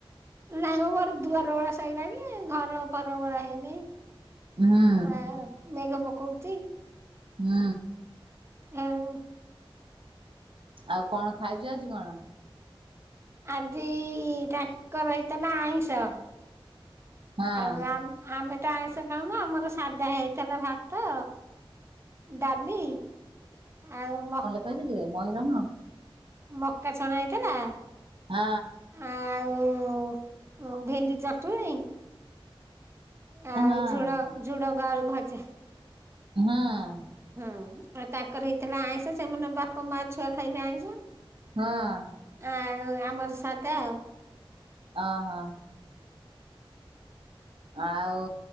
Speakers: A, on the right; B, on the right.
A: ନାଇମ ମୋର ଦୁଆର ଓଳା ସଇଲାଣି ଘର ଫର ଓଳା ହେଇନାଇ।
B: ହୁଁ।
A: ଆଉ ମେଘ ପକଉଛି।
B: ହୁଁ।
A: ଆଉ।
B: ଆଉ କଣ ଖାଇଛ ଆଜି କଣ?
A: ଆଜି ତାଙ୍କର ହେଇଥିଲା ଆଇଁଷ।
B: ହଁ
A: ଆଉ ଆମେ ଆମେ ତ ଆଇଁଷ ଖାଉନୁ ଆମର ସାଧା ହେଇଥିଲା। ଭାତ ଡାଲି ଆଉ ମ
B: କ <unintelligible> ନୁହଁ
A: ମକା ଛଣା ହେଇଥିଲା।
B: ହଁ
A: ଆଉ ଭେଣ୍ଡି ଚଟୁଣୀ ଆଉ
B: ହଁ
A: ଝୁଡ ଝୁଡଙ୍ଗ ଆଳୁ ଭଜା।
B: ହଁ।
A: ହଁ।, ଆଉ ତାଙ୍କର ହେଇଥିଲା ଆଇଁଷ ସେମାନେ ବାପା, ମା, ଛୁଆ ଖାଇଲେ ଆଇଁଷ।
B: ହଁ
A: ଆଉ ଆମର ସାଧା ଆଉ।
B: ଅହଁ। ଆଉ